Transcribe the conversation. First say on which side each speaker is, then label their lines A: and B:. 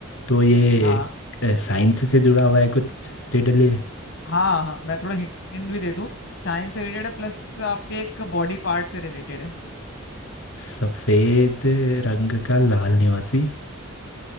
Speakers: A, on the left (about 85°); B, on the left (about 65°).
A: तो ये
B: हाँ
A: साइंस से जुड़ा हुआ है कुछ रिडल ये
B: हाँ हाँ मैं थोड़ा हिंट भी दे दूं साइंस से रिलेटेड है प्लस आपके एक बॉडी पार्ट से रिलेटेड है
A: सफ़ेद रंग का लाल निवासी